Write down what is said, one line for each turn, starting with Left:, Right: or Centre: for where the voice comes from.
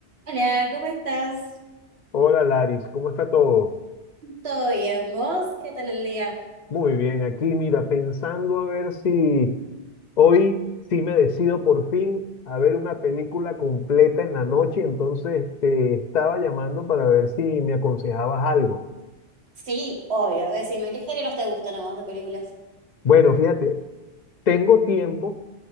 Right: Hola, ¿cómo estás?
Left: Hola Laris, ¿cómo está todo?
Right: ¿Todo bien? ¿Vos? ¿Qué tal el día?
Left: Muy bien, aquí mira, pensando a ver si hoy sí me decido por fin a ver una película completa en la noche, entonces te estaba llamando para ver si me aconsejabas algo.
Right: Sí, obvio. Decime, ¿qué géneros te gustan a vos de películas?
Left: Bueno, fíjate, tengo tiempo,